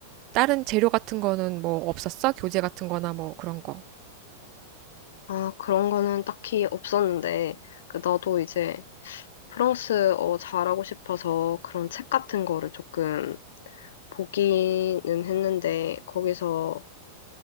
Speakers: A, on the right; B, on the left.
A: 다른 재료 같은 거는 뭐 없었어? 교재 같은 거나 뭐 그런 거.
B: 아, 그런 거는 딱히 없었는데, 그 나도 이제 프랑스어 잘하고 싶어서 그런 책 같은 거를 조금 보기는 했는데, 거기서